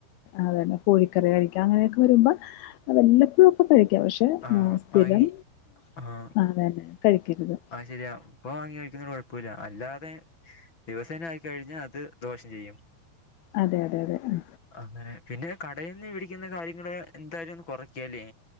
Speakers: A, on the left; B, on the left.
A: അതന്നെ കോഴിക്കറി കഴിക്ക അങ്ങനെയൊക്കെ വരുമ്പോ വല്ലപ്പഴും കഴിക്ക പക്ഷെ
B: ആഹ്
A: സ്ഥിരം
B: വാങ്ങി ആഹ്
A: അതന്നെ കഴിക്കരുത്
B: ആഹ് ശരിയ ഇപ്പവാങ്ങി കഴിക്കുന്നതിന്കുഴപ്പുല്ല അല്ലാതെ ദിവസേനായി കഴിഞ്ഞ അത് ദോഷംചെയ്യും
A: അതെ അതെ അതെ ഉം
B: അങ്ങനെ പിന്നെ കടൽ നിന്ന് പിടിക്കുന്ന കാര്യങ്ങള് എന്തായാലും ഒന്ന് കുറക്കിയാലേ